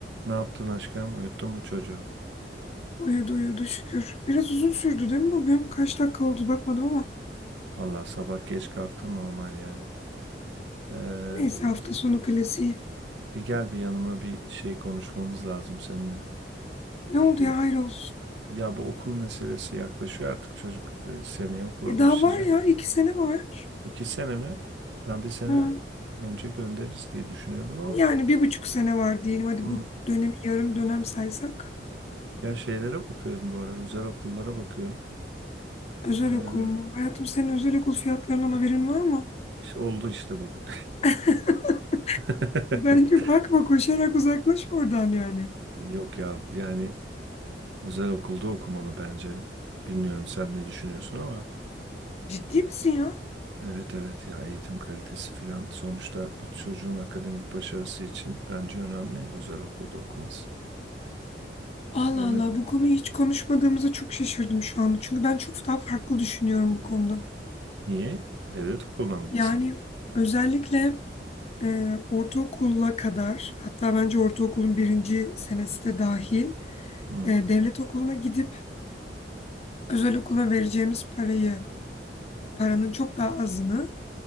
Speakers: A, on the right; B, on the left.
A: Ne yaptın aşkım? Uyuttun mu çocuğu?
B: Uyudu uyudu şükür. Biraz uzun sürdü değil mi bugün? Kaç dakika oldu bakmadım ama.
A: Allah sabah geç kalktın normal yani. Ee,
B: Neyse hafta sonu klasiği.
A: bir gel bir yanıma bir şey konuşmamız lazım seninle.
B: Ne oldu
A: Bu
B: ya hayrolsun.
A: ya bu okul meselesi yaklaşıyor artık çocuk e, seneye okula
B: E
A: başlayacak.
B: daha var ya iki sene var.
A: İki sene mi? Ben bir sene
B: Hı,
A: önce göndeririz diye düşünüyordum ama.
B: Yani bir buçuk sene var diyelim. Hadi
A: Hmm.
B: bu dönemi yarım dönem saysak.
A: Ya şeylere bakıyorum bu ara özel okullara bakıyorum.
B: Özel
A: Ee, hı,
B: okul mu? Hayatım senin özel okul fiyatlarından haberin var mı?
A: işte oldu işte bugün.
B: <laughs>
A: <laughs>
B: Bence bakma koşarak uzaklaş oradan yani.
A: Yok ya yani Özel okulda okumalı bence. Bilmiyorum sen ne düşünüyorsun ama.
B: Ciddi misin ya?
A: Evet evet ya eğitim kalitesi filan sonuçta bir çocuğun akademik başarısı için bence önemli özel okulda okuması.
B: Allah
A: Bilemedim.
B: Allah bu konuyu hiç konuşmadığımıza çok şaşırdım şu anda. Çünkü ben çok daha farklı düşünüyorum bu konuda.
A: Niye? Devlet okuluna mı gitsin?
B: Yani özellikle e, ortaokula kadar hatta bence ortaokulun birinci senesi de dahil
A: Hı.
B: e, devlet okuluna gidip özel okula vereceğimiz parayı paranın çok daha azını